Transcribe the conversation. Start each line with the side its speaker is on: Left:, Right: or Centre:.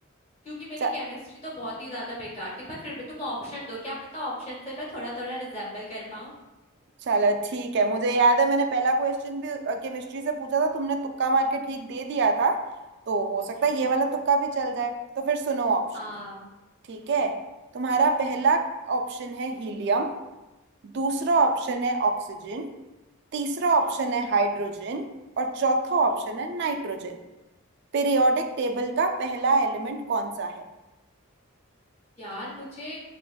Left: क्योंकि मेरी
Right: च-
Left: केमिस्ट्री तो बहुत ही ज्यादा बेकार थी पर फिर भी तुम ऑप्शन दो क्या पता ऑप्शन से मैं थोड़ा थोड़ा रिजेम्बल कर पाऊं
Right: चलो ठीक है मुझे याद है मैंने पहला क्वेश्चन भी केमिस्ट्री से पूछा था तुमने तुक्का मार के ठीक दे दिया था तो हो सकता
Left: हम्म
Right: है ये वाला तुक्का भी चल जाए तो फिर सुनो ऑप्शन
Left: हाँ
Right: ठीक
Left: हम्म
Right: है तुम्हारा पहला
Left: हम्म
Right: ऑप्शन है हीलियम दूसरा
Left: हम्म
Right: ऑप्शन है ऑक्सीजन तीसरा
Left: हम्म
Right: ऑप्शन है हाइड्रोजन और चौथा
Left: हम्म
Right: ऑप्शन है नाइट्रोजन पीरियोडिक टेबल का पहला एलिमेंट कौन सा है
Left: यार मुझे